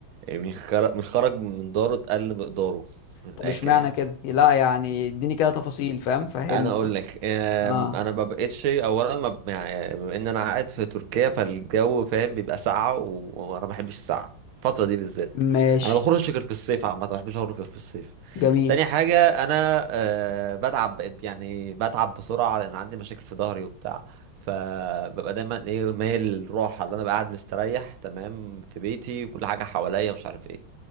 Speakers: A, on the right; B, on the left.
A: من خرج من خرج من داره اتقل مقداره من الاخر
B: طب اشمعنى
A: يعني
B: كده لا يعني اديني كده تفاصيل فاهم فهمني
A: انا اقول لك آم،
B: اه
A: انا ما بقتش اولا ما ب- يعني بما ان انا قاعد في تركيا فالجو فاهم بيبقى ساقعه و- وانا ما بحبش الساقعه الفتره دي بالذات
B: ماشي
A: انا ما بخرجش غير في الصيف عامه ما بحبش اخرج غير في الصيف
B: جميل
A: تاني حاجه انا آه، بتعب بقيت يعني بتعب بسرعه لان عندي مشاكل في ظهري وبتاع فببقى دايما ايه مايل للراحه اللي انا بقى قاعد مستريح تمام في بيتي وكل حاجه حواليا مش عارف ايه